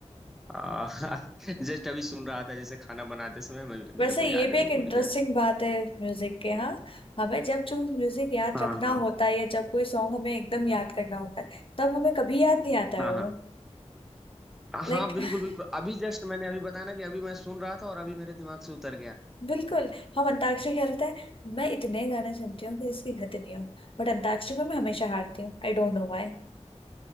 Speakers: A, in the centre; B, on the left.
A: आ, <laughs> जस्ट अभी सुन रहा था जैसे खाना बनाते समय मैं, मेरे
B: वैसे
A: को
B: ये
A: याद
B: भी
A: अभी
B: एक
A: भूल
B: इंटरेस्टिंग
A: गया
B: बात है म्यूजिक के हाँ हमें जब जो म्यूजिक याद
A: हाँ
B: रखना
A: हाँ
B: होता है या जब कोई सॉन्ग हमें एकदम याद करना होता है तब हमें कभी याद नहीं आता है
A: हाँ
B: वो
A: हाँ हाँ
B: लाइक
A: बिल्कुल
B: <laughs>
A: बिल्कुल अभी जस्ट मैंने अभी बताया ना कि अभी मैं सुन रहा था और अभी मेरे दिमाग से उतर गया
B: बिल्कुल हम अंताक्षरी खेलते हैं मैं इतने गाने सुनती हूँ कि इसकी हद नहीं हो बट अंताक्षरी में मैं हमेशा हारती हूँ I don't know why